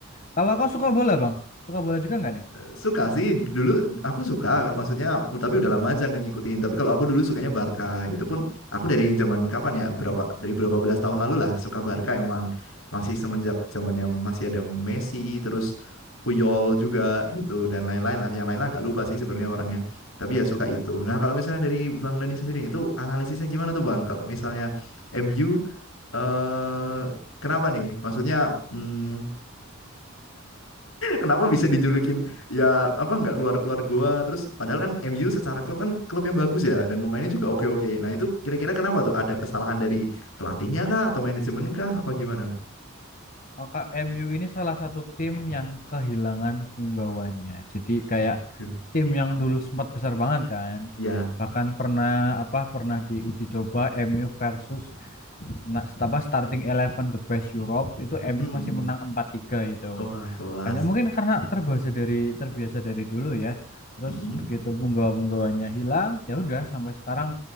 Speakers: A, on the left (about 45°); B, on the left (about 85°).
A: kalau kau suka bola, Bang? Suka bola juga nggak nih?
B: Suka sih dulu aku suka maksudnya uh, tapi udah lama aja nggak ngikutin tapi kalau aku dulu sukanya Barca itu pun aku dari zaman kapan ya berapa dari berapa belas tahun lalu lah suka Barca emang masih semenjak zamannya masih ada Messi terus Puyol juga gitu dan lain-lain lah yang lain lah agak lupa sih sebenarnya orangnya tapi ya suka itu nah kalau misalnya dari Bang Dani sendiri itu analisisnya gimana tuh Bang kalau misalnya MU eh kenapa nih maksudnya hmm, Kenapa bisa dijulukin ya apa nggak keluar-keluar gua terus padahal kan MU secara klub kan klub yang bagus ya dan pemainnya juga oke-oke. Nah, itu kira-kira kenapa tuh? Ada kesalahan dari pelatihnya kah atau manajemennya kah apa gimana?
A: Oh, Kak, MU ini salah satu tim yang kehilangan punggawanya. Jadi kayak
B: Waduh.
A: tim yang dulu sempat besar banget kan.
B: Ya.
A: Bahkan pernah apa pernah diuji coba MU versus na- apa starting eleven the best Europe itu MU
B: Hmm.
A: masih menang empat tiga itu.
B: Wah, kelas.
A: Hanya mungkin karena terbiasa dari terbiasa dari dulu ya. Terus
B: Hmm.
A: begitu punggawa-punggawanya hilang, ya udah sampai sekarang